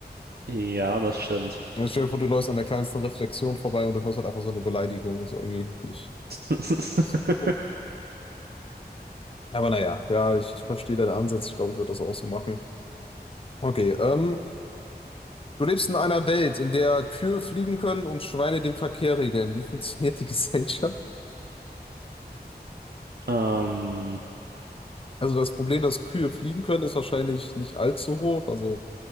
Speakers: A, on the right; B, on the left.
A: Ja, das stimmt.
B: Also stell dir vor, du läufst an der kleinsten Reflexion vorbei und du hörst halt einfach so eine Beleidigung. Das ist irgendwie nicht,
A: <laughs>
B: nicht so cool. Aber naja, ja, ich, ich verstehe deinen Ansatz. Ich glaube, ich würde das auch so machen. Okay, ähm. Du lebst in einer Welt, in der Kühe fliegen können und Schweine den Verkehr regeln. Wie funktioniert die <laughs> Gesellschaft?
A: Ähm,
B: Also das Problem, dass Kühe fliegen können, ist wahrscheinlich nicht allzu hoch. Also